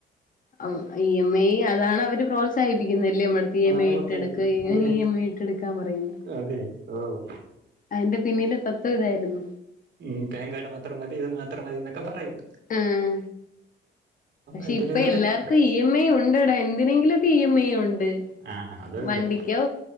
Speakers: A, on the left; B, on the right.
A: അം ഇ എം ഐ അതാണ് അവര് പ്രോ പ്രോത്സാഹപ്പിക്കുന്നല്ലേ നമ്മടടു
B: അതാണ്
A: എം എ
B: പ്രോത്സാഹിക്കുന്നത്
A: ഇട്ടെടുക്ക് ഇ
B: അതെ
A: എം ഐ ഇട്ടെടുക്കാൻ പറയുന്നത്
B: അതെ ആഹ്
A: അതിന്റെ പിന്നില് സത്വം ഇതായിരുന്നു
B: ഉം <unintelligible> മാത്രം മതി ഇത് മാത്രം മതി എന്നൊക്കെ പറയും
A: ആഹ പക്ഷെ
B: എന്റെ
A: ഇപ്പൊ
B: ഇത്
A: എല്ലാർക്കും
B: വരും
A: ഇ എം ഐ ഉണ്ട്ടെടാ എന്തിനെങ്കിലും ഒക്ക ഇ എം ഐ ഉണ്ട്
B: ആ അതുണ്ട്
A: വണ്ടിക്കോ